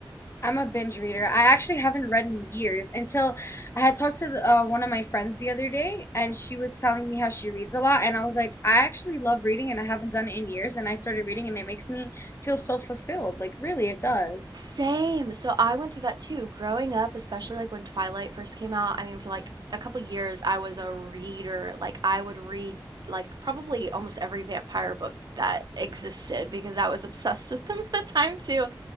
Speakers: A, on the left (about 35°); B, on the right (about 60°).
A: I'm a binge reader. I actually haven't read in years until I had talked to the, uh, one of my friends the other day, and she was telling me how she reads a lot. And I was like, I actually love reading, and I haven't done it in years. And I started reading, and it makes me feel so fulfilled. Like, really, it does.
B: Same. So I went through that too. Growing up, especially like when Twilight first came out, I mean, for like a couple years, I was a reader. Like I would read like probably almost every vampire book that existed because I was obsessed with them <laughs> at the time too.